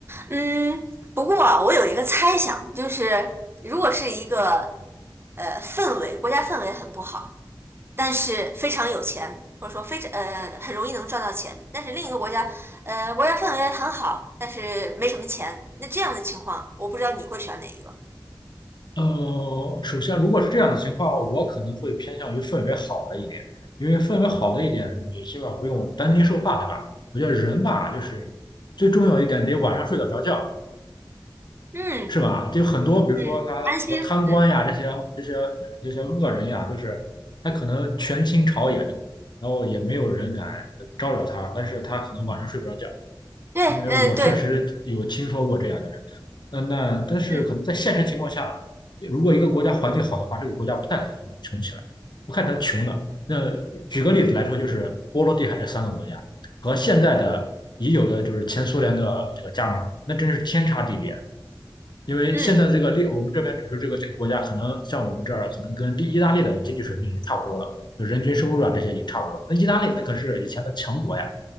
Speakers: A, on the right; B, on the left.
A: 嗯，不过啊，我有一个猜想，就是如果是一个呃氛围，国家氛围很不好，但是非常有钱，或者说非常呃很容易能赚到钱。但是另一个国家，呃，国家氛围很好，但是没什么钱。那这样的情况，我不知道你会选哪一个。
B: 呃，首先如果是这样的情况，我可能会偏向于氛围好的一点，因为氛围好的一点，你起码不用担惊受怕，对吧？我觉得人吧，就是最重要一点得晚上睡得着觉，
A: 嗯
B: 是吧？就很多，比如说他，
A: 嗯，安心，
B: 比如说贪官呀，
A: 嗯，
B: 这些这些这些恶人呀，就是他可能权倾朝野，对吧？然后也没有人敢招惹他，但是他可能晚上睡不着觉，
A: 对，
B: 因为我确实有听说过这样的人。
A: 嗯对，
B: 嗯，那但是可能在现实情况下，
A: 嗯
B: 如果一个国家环境好的话，这个国家不太可能穷起来，不太能穷的。那举个例子来说，就是波罗的海这三个国家和现在的已有的就是前苏联的这个加盟国，那真是天差地别。因为现在这个利，
A: 嗯
B: 我们这边比如这个这个国家，可能像我们这儿，可能跟利意大利的经济水平已经差不多了，就人均收入啊这些已经差不多了那意大利那可是以前的强国呀。